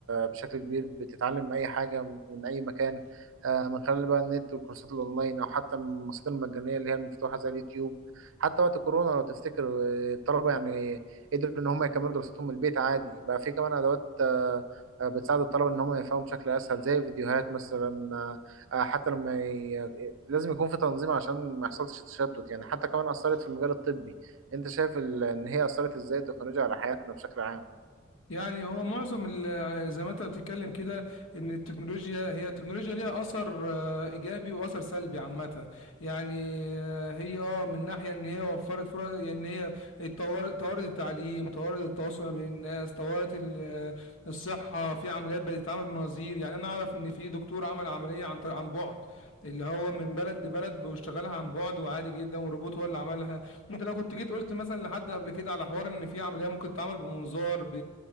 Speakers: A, on the right; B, on the left.
A: بشكل كبير بتتعلم اي حاجه من اي مكان آه، من خلال بقى النت والكورسات الاونلاين او حتى المصادر المجانيه اللي هي المفتوحه زي اليوتيوب حتى وقت الكورونا لو تفتكر آه، الطلبه يعني قدروا ان هم يكملوا دراستهم من البيت عادي بقى في كمان ادوات آه، آه، بتساعد الطلبه ان هم يفهموا بشكل اسهل زي الفيديوهات مثلا آه، آه، حتى لما ي... لازم يكون في تنظيم عشان ما يحصلش تشتت يعني حتى كمان اثرت في المجال الطبي انت شايف ال... ان هي اثرت ازاي التكنولوجيا على حياتنا بشكل عام
B: يعني هو معظم ال- زي ما انت بتتكلم كده ان التكنولوجيا هي التكنولوجيا ليها اثر آه، ايجابي واثر سلبي عامه يعني آه، هي اه من ناحيه ان هي وفرت فرص يعني ان هي اتطور- طورت التعليم طورت التواصل ما بين الناس طورت ال- آه، الصحه في عمليات بقت تتعمل بمناظير يعني انا اعرف ان في دكتور عمل عمليه عن طريق- عن بعد اللي هو من بلد لبلد بيشتغلها عن بعد وعادي جدا والروبوت هو اللي عملها انت لو كنت جيت قلت مثلا لحد قبل كده على حوار ان في عمليه ممكن تتعمل بمنظار ب...